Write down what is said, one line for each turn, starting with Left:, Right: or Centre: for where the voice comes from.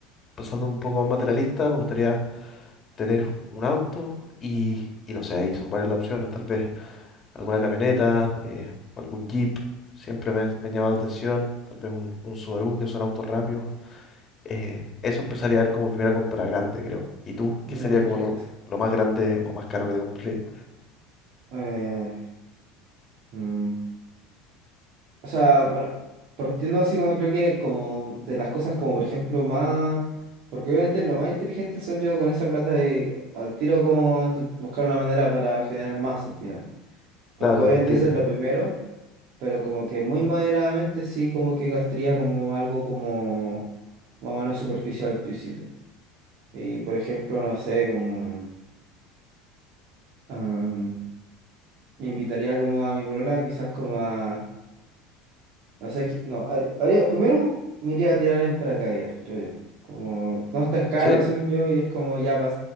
Left: pasando un poco más materialista, me gustaría tener un auto y, y no sé, ahí son varias las opciones. Tal vez alguna camioneta, eh, o algún jeep. Siempre me, me ha llamado la atención. Tal vez un, un Subaru, que son autos rápidos. Eh, eso empezaría a ver como primera compra grande, creo. ¿Y tú?
Right: ya,
Left: ¿Qué sería
Right: perfecto.
Left: como lo, lo más grande o más caro que te compré?
Right: Eh, mm, o sea, bueno, partiendo así como creo que como de las cosas como por ejemplo más... Porque obviamente lo más inteligente son yo con esa plata de al tiro como intent- buscar una manera para generar más al final. Como
Left: Claro,
Right: que obviamente
Left: invertirla.
Right: eso es lo primero, pero como que muy moderadamente sí como que gastaría como algo como más o menos superficial al principio. Y por ejemplo, no sé, como... am, invitaría como a mi polola quizás como a O sea, que, no, haría, haría- primero me iría a tirar en paracaídas, creo yo. Como no es tan caro,
Left: ¿Sí?
Right: según yo, y es como ya para,